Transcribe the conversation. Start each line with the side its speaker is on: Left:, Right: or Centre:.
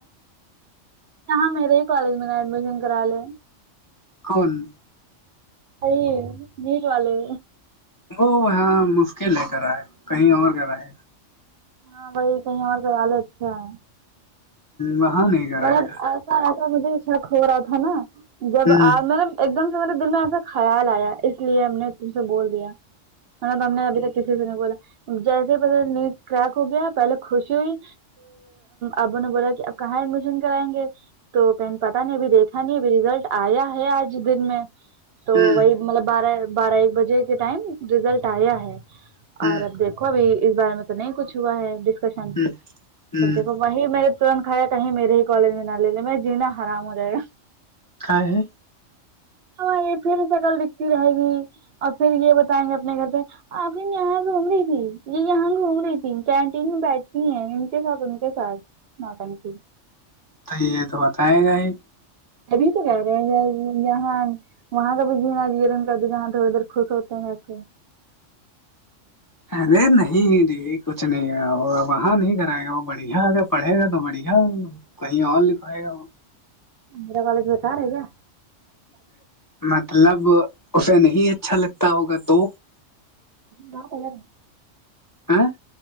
Right: کہاں میرے ہی کالج میں نا ایڈمیشن کرا لے
Left: ان
Right: ائی نیک والے
Left: وہ وہاں مشکل ہے کرا ہے کہیں اور کر ہے
Right: ہاں وہی کہیں اور کئی آالے اچھے ہیں
Left: وہاں نہیں کرائے
Right: مطلب
Left: گا
Right: ایسا ایسا مجھےا ہو رہا تھا نا جب
Left: ہوں
Right: مطلب ایک دم سے مطلب دل میں ایسا خیال آیا اس لیے ہم نے تم سے بول دیا مطلب ہم نے ابھی تک کسی سے نہیں بولا جیسے پس نیند کریک ہو گیا پہلے خوشی ہوئی آبو نے بولا کہ اب کہاں ہے مجھ کرائیں گے تو کہ پتا نہیں ابھی دیکھا نہیں ابھی رزلٹ آیا ہے آج دن میں تو
Left: ہ ہ
Right: وہی مطلب بارہ بارہ ایک بجے کے ٹائم رزلٹ آیا ہے
Left: ہوں
Right: اور اب دیکھ دیکوب اس بارے میں تو نہیں کچھ ہوا ہے ڈسکشن
Left: ہ ہ
Right: سب دیکھو وہیں میر نے ترنت کھیا کہیں میرے ہی کالج میں نہ لے لیں میں جینا آرام ہو جائے گا
Left: ک ہے
Right: ہاں یہ پھر شکل دکھتی رہے گی اور پھر یہ بتائیں گے اپنے گھر پہ آپن یہاں گھوم رہی تھی یہ یہاں گھوم رہی تھی کینٹین میں بیٹھتی ہیں ان کے ساتھ ان کے ساتھ ہاں تھینکو
Left: تو یہ تو بتائے گا ہی
Right: ابھی تو کر رہے ہیں یہاں وہاں کا بھی جین جیر ان کا د جہاں دھر ادھر خوش ہوتے ہیں ویسے
Left: ارے نہیںی کچھ نہیں ہے وہاں نہیں کرائے گا وہ بڑھیا اگر پڑھے گا تو بڑھیا کہیں اور لکھوائے گا
Right: اندر والالج بسار ہے گیا
Left: مطلب اسے نہیں اچھا لگتا ہوگا تو
Right: ا پہے
Left: ا